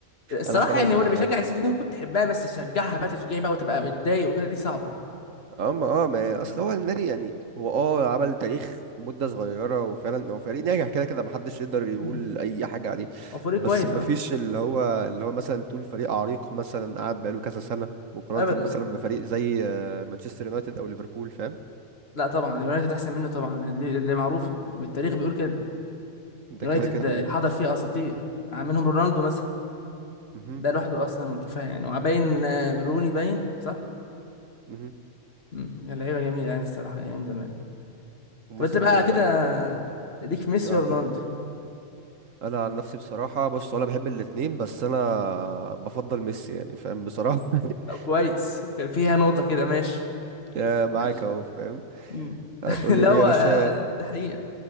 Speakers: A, on the left; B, on the right.
A: الصراحه
B: انا خلاص
A: يعني هو
B: انا
A: اللي بيشجع
B: على قدي
A: السيتي دي كنت تحبها بس تشجعها بقى تشجيع بقى وتبقى متضايق وكده دي صعبه
B: اما اه ما
A: مم.
B: اصل هو النادي يعني هو اه عمل تاريخ في مدة صغيرة وفعلا هو فريق ناجح كده كده محدش يقدر يقول
A: مم.
B: اي حاجة عليه
A: هو فريق
B: بس
A: كويس
B: مفيش
A: اه
B: اللي هو اللي هو مثلا تقول فريق عريق مثلا قعد بقاله كذا سنة مقارنة
A: ابدا
B: مثلا بفريق زي آه، مانشستر يونايتد او ليفربول فاهم
A: لا طبعا يونايتد احسن منه طبعا يعني دي, دي معروفه التاريخ بيقول كده
B: ده
A: يونايتد
B: كده كده ده-
A: حضر فيه اساطير منهم رونالدو مثلا
B: مهم.
A: ده لوحده اصلا كفايه يعني وباين آه، روني باين صح
B: مهم.
A: مم. يا لعيبه جميله يعني الصراحه ايام زمان
B: ومثلا
A: طب انت بقى كده ليك في ميسي
B: اه
A: ورونالدو
B: اتفضل. انا عن نفسي بصراحه بص انا بحب الاتنين بس انا بفضل ميسي يعني فاهم بصراحه <laughs>
A: طب كويس كان فيها نقطه كده ماشي
B: يا معاك
A: ماشي
B: اهو فاهم
A: مم.
B: هتقول
A: <laughs>
B: لي
A: لا
B: ليه
A: هو
B: يا باشا
A: آه، ده حقيقه